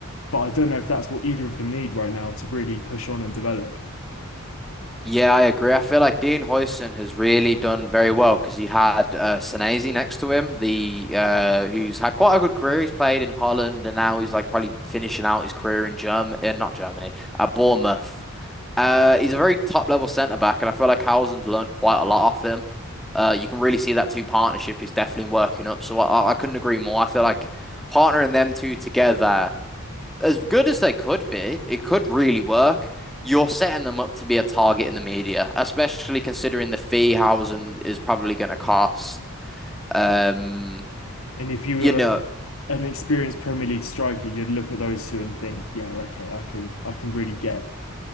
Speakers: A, on the left (about 70°); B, in the centre.
A: But I don't know if that's what either of them need right now to really push on and develop.
B: Yeah, I agree. I feel like Dean Huijsen has really done very well because he had uh, Senesi next to him, the uh, who's had quite a good career. He's played in Holland, and now he's like probably finishing out his career in Germany, uh, not Germany, at Bournemouth. Uh, he's a very top level centre back, and I feel like Howland's learned quite a lot off him. Uh, you can really see that two partnership is definitely working up. So I, I couldn't agree more. I feel like partnering them two together, as good as they could be, it could really work. You're setting them up to be a target in the media, especially considering the fee Howland is probably going to cost. Um,
A: And if you were
B: you know,
A: um, an experienced Premier League striker, you'd look at those two and think, yeah, okay, I can I can really get